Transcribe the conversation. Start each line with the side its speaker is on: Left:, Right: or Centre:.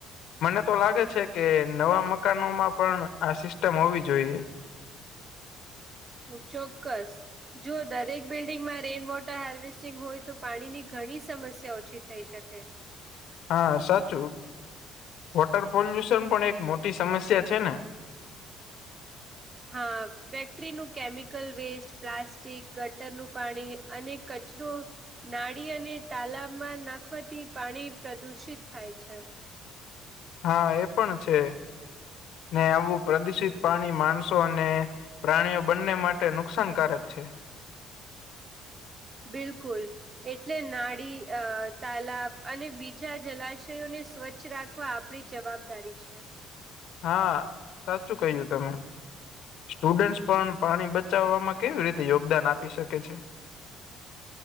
Left: મને તો લાગે છે કે નવા મકાનોમાં પણ આ સિસ્ટમ હોવી જોઈએ.
Right: ચોક્કસ. જો દરેક બિલ્ડિંગમાં રેઇન વોટર હાર્વેસ્ટિંગ હોય તો પાણીની ઘણી ઓછી થઈ શકે.
Left: હા સાચું, વોટર પોલ્યુશન પણ એક મોટી સમસ્યા છે ને.
Right: હા, ફેક્ટરીનું કેમિકલ વેસ્ટ પ્લાસ્ટિક ગટરનું પાણી અને કચરો નાળી અને તાલાબમાં નાખવાતી પાણી પ્રદુષિત થાય છે.
Left: હા, એ પણ છે ને, આવું પ્રદુષિત પાણી માણસો અને પ્રાણીઓ બંને માટે નુકસાનકારક છે.
Right: બિલકુલ. એટલે નાળી અ તાલાબ અને બીજા જલાશયોને સ્વચ્છ રાખવા આપડી જવાબદારી છે.
Left: હા, સાચું કહ્યું તમે. સ્ટુડન્ટ પણ પાણી બચાવવામાં કેવી રીતે યોગદાન આપી શકે છે.